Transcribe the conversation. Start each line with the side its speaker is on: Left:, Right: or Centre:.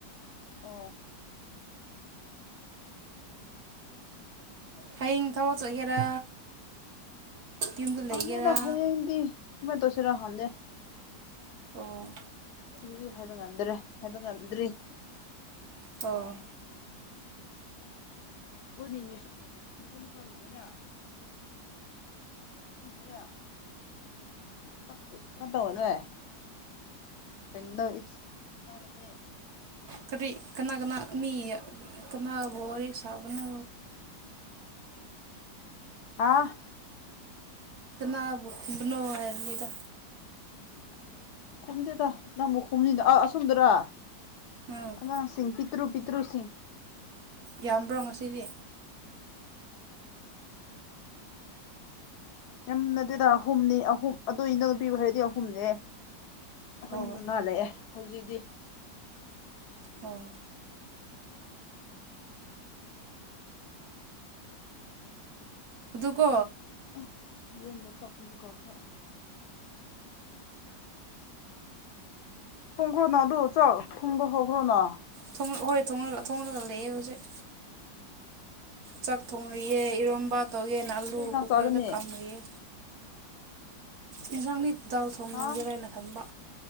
Left: ꯑꯣ
Right: ꯍꯌꯦꯡ ꯊꯕꯛ ꯆꯠꯒꯦꯔꯥ ꯌꯨꯝꯗ ꯂꯩꯒꯦꯔꯥ
Left: ꯈꯪꯗꯦꯗ ꯍꯌꯦꯡꯗꯤ <inaudible> ꯇꯧꯁꯤꯔꯥ ꯈꯪꯗꯦ
Right: ꯑꯣ
Left: ꯑꯗꯨꯗꯤ ꯍꯥꯏꯕ ꯉꯝꯗ꯭ꯔꯦ ꯍꯥꯏꯕ ꯉꯝꯗ꯭ꯔꯤ
Right: ꯑꯣ
Left: <unintelligible> <unintelligible> ꯌꯥ <unintelligible> ꯈ ꯇꯧꯋꯣꯅꯦ <unintelligible>
Right: ꯀꯔꯤ ꯀꯅꯥ ꯀꯅꯥ ꯃꯤꯒ ꯀꯅꯥꯕꯨ ꯋꯥꯔꯤ ꯁꯥꯕꯅꯣ
Left: ꯑꯥ
Right: ꯀꯅꯥꯕꯨ ꯊꯤꯟꯕꯅꯣ ꯍꯥꯏꯕꯅꯤꯗ
Left: ꯈꯨꯝꯗꯦꯗ ꯅꯪꯃꯨꯛ ꯈꯨꯝꯅꯤꯗ ꯑ ꯑꯁꯣꯝꯗꯔꯥ
Right: ꯎꯝ
Left: ꯑꯉꯥꯡꯁꯤꯡ ꯄꯤꯠ ꯇ꯭ꯔꯨ ꯄꯤꯇ꯭ꯔꯨꯁꯤꯡ
Right: ꯌꯥꯝꯕ꯭ꯔꯣ ꯉꯁꯤꯗꯤ
Left: ꯌꯥꯝꯅꯗꯦꯗꯥ ꯑꯍꯨꯝꯅꯤ ꯑꯍꯨꯝ ꯑꯗꯨ ꯏꯅꯣ ꯅꯨꯄꯤꯕꯨ ꯍꯥꯏꯔꯗꯤ ꯑꯍꯨꯝꯅꯤ ꯈꯣꯏ
Right: ꯑꯣ
Left: ꯃꯤ ꯃꯉꯥ ꯂꯩꯑꯦ ꯍꯧꯖꯤꯛꯗꯤ
Right: ꯑꯣ ꯑꯗꯨꯀꯣ
Left: ꯑ ꯌꯦꯟꯕꯨ ꯆꯧꯀ꯭ꯔꯤꯒ ꯀꯧꯈ꯭ꯔꯦ <unintelligible>
Right: ꯊꯣꯡ ꯍꯣꯏ ꯊꯣꯡꯂꯒ ꯊꯣꯡꯂꯒ ꯂꯩꯑꯦ ꯍꯧꯖꯤꯛ ꯆꯥꯛ ꯊꯣꯡꯔꯤꯑꯦ ꯏꯔꯣꯝꯕ ꯇꯧꯒꯦꯅ ꯑꯂꯨ
Left: ꯀꯩ ꯏꯟꯁꯥꯡ
Right: ꯀꯨꯀꯔꯗ
Left: ꯆꯥꯒꯅꯤ
Right: ꯀꯥꯝꯔꯤꯌꯦ ꯑꯦꯟꯖꯥꯡꯗꯤ ꯗꯥꯜ ꯊꯣꯡꯒꯦꯔ
Left: ꯍꯥ
Right: ꯍꯥꯏꯅ ꯈꯟꯕ